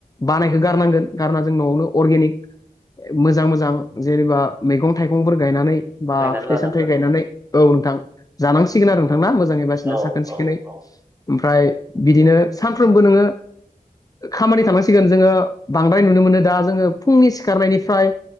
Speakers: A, on the left; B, on the right.
A: बानायखो गारनांगोन गारना जों न'वावनो अर्गेनिक
B: <inaudible>
A: मोजां मोजां जेनेबा मैगं थाइगंफोर गायनानै बा
B: नायनानै
A: फिथाइ
B: लानांगोन
A: सामथाइ गायनानै औ नोंथां जानांसिगोन आरो नोंथांना मोजाङै बासिना
B: औ
A: साखोन सिखोनै
B: औ औ
A: ओमफ्राय
B: नंगौ
A: बिदिनो सानफ्रोमबो नोङो खामानि थानांसिगोन जोङो बांद्राय नुनो मोनो दा जोङो फुंनि सिखारनायनि फ्राय